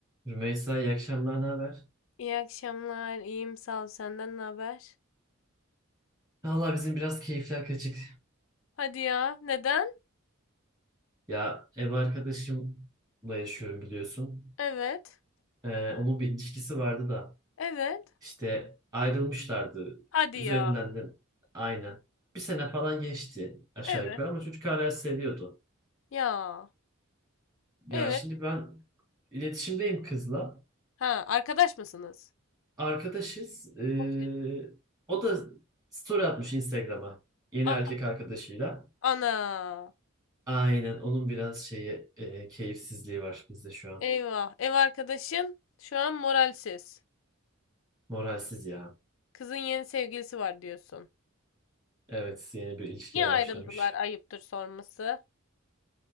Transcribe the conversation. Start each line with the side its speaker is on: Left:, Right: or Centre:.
Right: Rümeysa iyi akşamlar, ne haber?
Left: İyi akşamlar. İyiyim sağ ol. Senden ne haber?
Right: Valla bizim biraz keyifler kaçık.
Left: Hadi ya. Neden?
Right: Ya ev arkadaşımla yaşıyorum biliyorsun.
Left: Evet.
Right: Ee, onun bir ilişkisi vardı da
Left: Evet.
Right: işte ayrılmışlardı.
Left: Hadi
Right: Üzerinden
Left: ya.
Right: de aynı. Bir sene falan geçti aşağı
Left: Evet.
Right: yukarı ama çocuk hala
Left: Okey.
Right: seviyordu.
Left: Ya.
Right: Ya
Left: Evet.
Right: şimdi ben iletişimdeyim kızla.
Left: Ha, arkadaş mısınız?
Right: Arkadaşız. Ee,
Left: Okey.
Right: o da story atmış Instagram'a yeni
Left: Aha.
Right: erkek arkadaşıyla.
Left: Ana.
Right: Aynen onun biraz şeyi e, keyifsizliği var bizde şu an.
Left: Eyvah. Ev arkadaşın şu an moralsiz.
Right: Moralsiz ya.
Left: Kızın yeni sevgilisi var diyorsun.
Right: Evet, yeni bir ilişkiye
Left: Niye ayrıldılar?
Right: başlamış.
Left: Ayıptır sorması.